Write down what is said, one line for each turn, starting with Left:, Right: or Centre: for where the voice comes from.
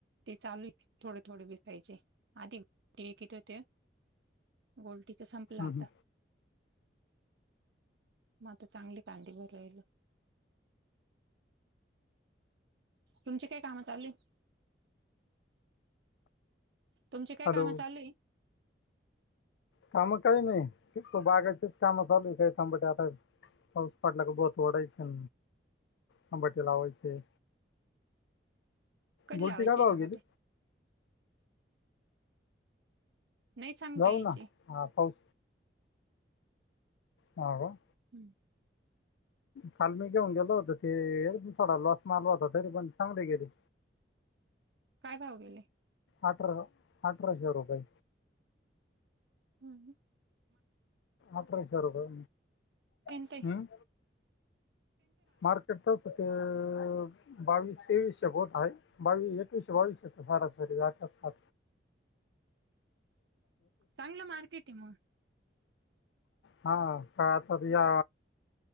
Right: ते चालू थोडे थोडे विकायचे आधी इथं ते गोल तिच संपलं आता
Left: हम्म.
Right: मग आता चांगली कांदीे भर राहिल तुमची काय कामं चालू आहेत तुमची काय
Left: हॅलो
Right: कामं चालली
Left: काम काही नाही त बागाचीच कामं चालू का थांबाट आता पाऊस पाटल्या क बोत ओढायचे तांबाटी लावायचे
Right: कधी
Left: गुलटी
Right: लावायची
Left: काय भाव
Right: आहेत टोमॅटो
Left: गेली
Right: नाही सांगता
Left: जाऊ
Right: याची
Left: ना हा पाऊस ह का
Right: हम्
Left: फालम घेऊन गेल होत तरी पण थोडा लॉस माल होता तरी पण चांगली गेली
Right: काय भाव गेले
Left: अठरा अठराशे रुपये
Right: हम्म.
Left: अठराशे रुपये
Right: <unintelligible>
Left: हम्म? मार्केट तस ते अह बावीस तेवीसशे वोट आहे बावीस एकवीसशे बावीसश ते भाड्यांसाठी लागतात सा
Right: चांगलं मार्केट आहे मग
Left: हा का आता या